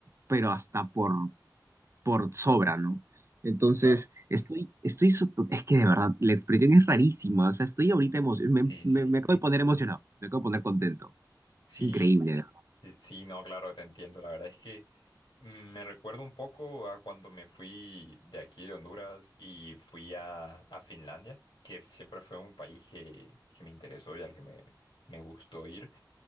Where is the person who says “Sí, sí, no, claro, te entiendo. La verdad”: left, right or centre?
Left